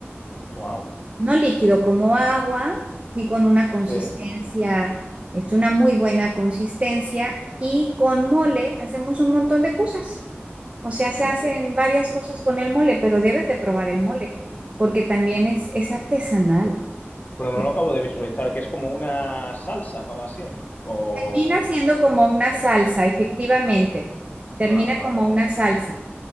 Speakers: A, on the left; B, on the right.
A: Wow.
B: No líquido como agua, sí con una consistencia,
A: Sí.
B: es una muy buena consistencia y con mole hacemos un montón de cosas. O sea, se
A: Mm.
B: hacen varias cosas con el mole, pero debes de probar el mole, porque también es, es artesanal.
A: Pero no
B: Eh,
A: lo acabo de visualizar, que es como una salsa, acaba siendo. O.
B: Termina siendo como una salsa, efectivamente. Termina
A: Vale, vale.
B: como una salsa,